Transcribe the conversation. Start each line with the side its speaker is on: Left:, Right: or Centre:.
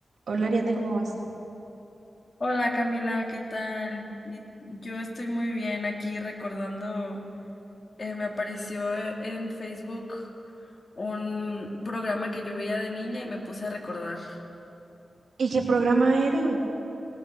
Right: Hola Ariadne, ¿cómo vas?
Left: Hola Camila, ¿qué tal? Y yo estoy muy bien aquí recordando, eh, me apareció eh, en Facebook un programa que yo veía de niña y me puse a recordar.
Right: ¿Y qué programa era?